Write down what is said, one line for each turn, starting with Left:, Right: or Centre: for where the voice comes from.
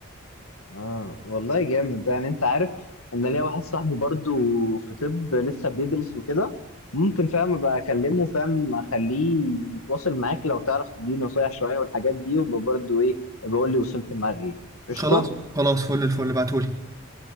Left: اه والله جامد ده يعني انت عارف انا ليا واحد صاحبي برضو في طب لسه بيدرس وكده ممكن فاهم ابقى اكلمه فاهم اخليه يتواصل معاك لو تعرف تديني نصايح شويه والحاجات دي وابقى برضو ايه بقول لي وصلت معاه لايه قشطه
Right: خلاص خلاص فل الفل بعتولي